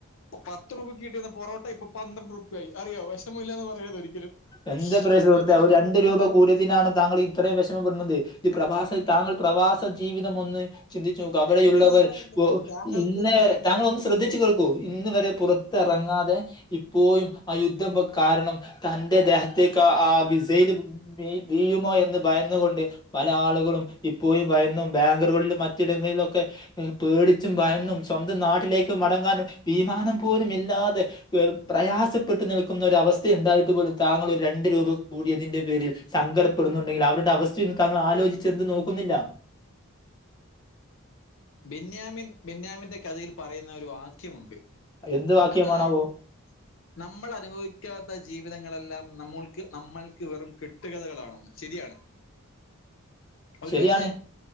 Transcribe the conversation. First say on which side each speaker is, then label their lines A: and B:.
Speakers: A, on the left; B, on the left.
A: പത്ത് രൂപയ്ക്ക് കിട്ടു ന്ന പൊറോ ട്ട ഇപ്പൊ പന്ത്രണ്ട് രൂപ്യആയി അറിയോ വിഷമ ഇല്ലാന്ന് പറയല്ല് ഒരിക്കലും
B: എന്താ പ്രിയ സുഹൃത്തേ
A: ഉള്ളു കലങ്ങാണ്
B: ഒരു രണ്ട്
A: ഇതൊക്കെ
B: രൂപ കൂട്യ തി നാണ് താങ്കൾഈ ഇത്രയും വിഷമപ്പെടുന്നത് ഈ പ്രവാസ താങ്കൾ പ്രവാസ ജീവിതം ഒന്ന് ചിന്തിച്ചുനോക്കുക അ ബടയുള്ളവർ
A: രണ്ട് രൂപ എന്ന് താങ്കൾക്ക്
B: ഇന്നെ വരെ
A: ര-
B: താങ്കൾ
A: രണ്ട്
B: ഒന്ന് ശ്രദ്ധിച്ചു
A: രൂപയല്ലേ
B: കേൾക്കൂ ഇന്ന് വരെ പുറത്തിറങ്ങാതെ ഇപ്പോഴും ആ യുദ്ധം കാരണം തൻ എന്റെ ദേഹത്തേക്ക് ആ മിസൈൽ വീഴുമോ എന്ന് ഭയന്നുകൊണ്ട് പല ആളുകളും ഇപ്പോഴും ഭയന്നും ബാങ്കുകളിലും മറ്റിടങ്ങളിലൊക്കെ പേടിച്ചും ഭയന്നും സ്വന്തം നാട്ടിലേക്ക് മടങ്ങാന് വിമാനം പോലുമി ല്ലാതെ പ്രയാസപ്പെട്ടു നിൽക്കുന്ന ഒര അവസ്ഥയ ഉണ്ടായിട്ട് പോലും താങ്കൾ ഒരു രണ്ട് രൂപ കൂടിയതിന്റെ പേരിൽ സങ്കരപ്പെടുന്നുണ്ടെങ്കിൽ അവരുടെ അവസ്ഥയൊന്നും താങ്കൾ ആലോചിച്ച് എന്ത് നോക്കുന്നില്ല
A: ബെന്യാമിൻ ബെന്യാമിന്റെ കഥയിൽ പറയുന്ന ഒരു വാക്യമുണ്ട്
B: എന്ത് വാക്യമാണാവോ
A: അതായത് നമ്മൾ അനുഭവിക്കാത്ത ജീവിതങ്ങളെല്ലാം നമ്മൾക്ക് നമ്മൾക്ക് വെറും കെട്ടുകഥകളാണെന്ന് ശരിയാണ്
B: <inaudible>
A: ഒരുപക്ഷെ
B: ശരിയാണ്